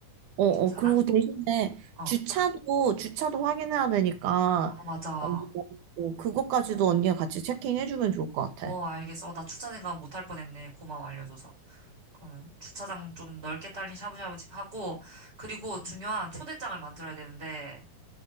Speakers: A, on the right; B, on the right.
A: 어, 어,
B: 괜찮아?
A: 그리고 대신에
B: 어.
A: 주차도, 주차도 확인해야 되니까,
B: 아, 맞아.
A: 어, 어, 그것까지도 언니가 같이 체킹해주면 좋을 것 같아.
B: 어, 알겠어. 어, 나 주차 생각 못할 뻔했네. 고마워, 알려줘서. 그러면 주차장 좀 넓게 딸린 샤브샤브 집 하고, 그리고 중요한 초대장을 만들어야 되는데,